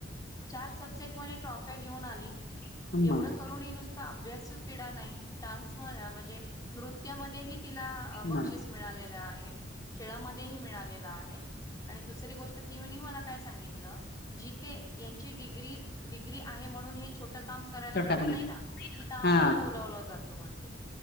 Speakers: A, on the left (about 20°); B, on the left (about 55°).
A: चार सब्जेक्टमध्ये ट्रॉफ्या घेऊन आली
B: मग
A: एवढं
B: मग
A: करूनही नुस त अभ्यासू पिडा नाही डान्स म म्हणजे नृत्यामध्येही तिला अ बक्षीस
B: मग
A: मिळालेलं आ हे खेळामध्येही मिळालेलं आहे आणि दुसरी गोष्ट <unintelligible> मला काय सांगितलं जिते यांची डिग्री डिग्री आहे म्हणून हे छो टं काम करायला
B: छोटा
A: जात
B: कमी
A: नाही ना? तिथं आम्हाला
B: हा
A: बोलावलं जात म्हंटले